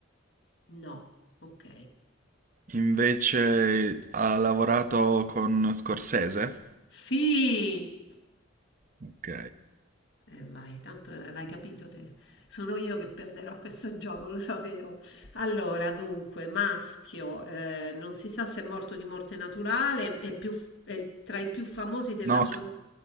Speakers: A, on the left; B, on the right.
A: No, ok.
B: Invece ha lavorato con Scorsese?
A: Sì!
B: Ok.
A: Eh vai, tanto l'hai capito te. Sono io che perderò a questo gioco, lo sapevo. Allora, dunque, maschio, eh, non si sa se è morto di morte naturale, è, più- è tra i più famosi della
B: No,
A: sua
B: c-